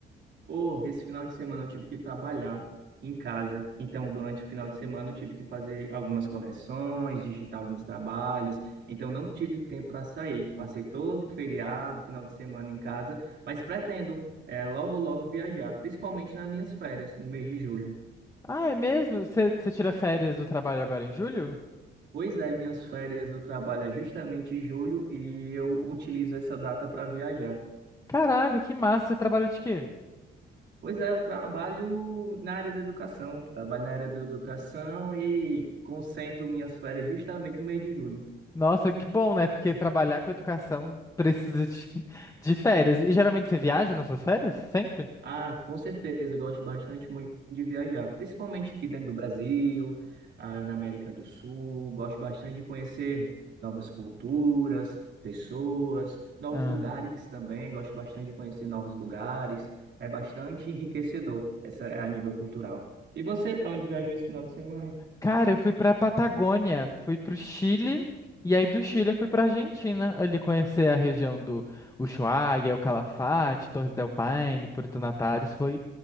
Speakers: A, on the right; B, on the left.
A: Pô, esse final de semana eu tive que trabalhar em casa. Então, durante o final de semana eu tive que fazer algumas correções, digitar alguns trabalhos. Então, não tive tempo para sair. Passei todo o feriado, final de semana em casa, mas pretendo é, logo, logo viajar, principalmente nas minhas férias, no mês de julho.
B: Ah, é mesmo? Você você tira férias do trabalho agora em julho?
A: Pois é, minhas férias do trabalho é justamente em julho e eu utilizo essa data para viajar.
B: Caraca, que massa! Você trabalha de quê?
A: Pois é, eu trabalho na área da educação. Trabalho na área da educação e concentro minhas férias justamente no mês de julho.
B: Nossa, que bom, né? Porque trabalhar com educação precisa de, <laughs> de férias. E geralmente você viaja nas suas férias? Sempre?
A: Ah, com certeza, eu gosto bastante muito de viajar, principalmente aqui dentro do Brasil, ah, na América do Sul. Gosto bastante de conhecer novas culturas, pessoas, novos
B: Ah.
A: lugares também. Gosto bastante de conhecer novos lugares. É bastante enriquecedor essa, a nível cultural. E você, para onde viajou esse final de semana?
B: Cara, eu fui pra Patagônia, fui pro Chile, e aí do Chile eu fui pra Argentina, ali conhecer a região do Ushuaia, o Calafate, Torres del Paine, Puerto Natales. Foi